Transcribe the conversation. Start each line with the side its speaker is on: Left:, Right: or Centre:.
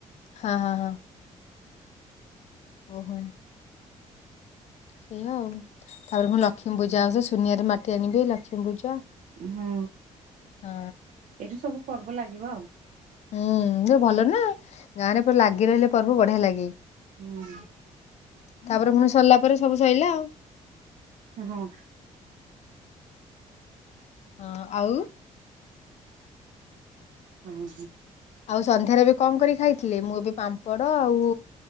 Left: ହଁ ହଁ ହଁ। ଓହୋ। ସେଇଆ ଆଉ ତାପରେ ପୁଣି ଲକ୍ଷ୍ମୀ ପୂଜା ଅଛି ସୁନିଆରେ ମାଟି ଆଣିବି ଲକ୍ଷ୍ମୀ ପୂଜା।
Right: ହୁ
Left: ହଁ
Right: ଏଇଠୁ ସବୁ ପର୍ବ ଲାଗିବ ଆଉ।
Left: ହୁଁ ଯୋଉ ଭଲ ନା ଗାଁ ରେ ଲାଗି ରହିଲେ ପର୍ବ ବଢିଆ ଲାଗେ।
Right: ହୁଁ।
Left: ତାପରେ ପୁଣି ସରିଲା ପରେ ସବୁ ସରିଲା ଆଉ।
Right: ହଁ।
Left: ହଁ ଆଉ।
Right: ଉ ହୁ।
Left: ଆଉ ସନ୍ଧ୍ୟାରେ ଏବେ କଣ କରି ଖାଇଥିଲି ମୁଁ ଏବେ ପାମ୍ପଡ଼ ଆଉ